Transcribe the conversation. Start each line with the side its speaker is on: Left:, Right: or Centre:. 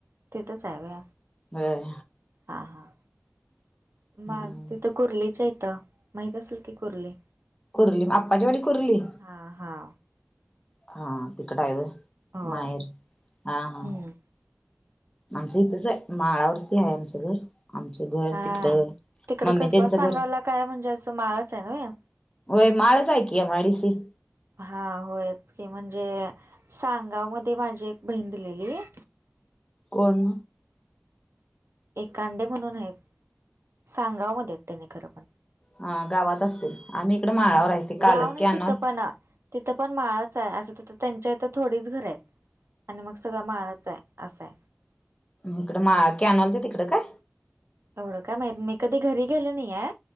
Right: तिथच आहे होय
Left: होय
Right: हां हां.
Left: हम्म.
Right: माझ तिथं कुर्लेच्या हिथ माहित असेल की कुर्ले.
Left: कुर्ली अप्पाचीवाडी कुर्ली?
Right: हां हां
Left: हा तिकड आहे होय
Right: होय
Left: माहेर हा हा.
Right: हम्म
Left: आमचं इथंच आहे माळावरती आहे आमचं घर. आमचं घर
Right: हा
Left: तिकडं
Right: तिकड
Left: मम्मी
Right: कसबा
Left: त्यांचं
Right: सांगावला
Left: घर
Right: काय म्हणजे असं मळच आहे नव्हे?
Left: होय माळच आहे की एम आय डी सी.
Right: हा होयच की म्हणजे सांगाव मध्ये माझी एक बहीण दिलेली आहे.
Left: कोण?
Right: एकांडे म्हणून आहेत सांगाव मध्ये आहेत त्यानी खरं पण,
Left: हा गावात असतील आम्ही इकडे माळावर आहे. ते काल
Right: गाव नाही
Left: कॅनॉल
Right: तिथ पण, तिथं पण माळाच आहे असं तिथं त्यांच्या इथं थोडीच घरं आहेत आणि मग सगळं माळाच आहे. अस हाय.
Left: इकड माळ कॅनऑन च्या तिकड काय?
Right: एवढं काय माहीत नाही मी कधी घरी गेलो नाहीया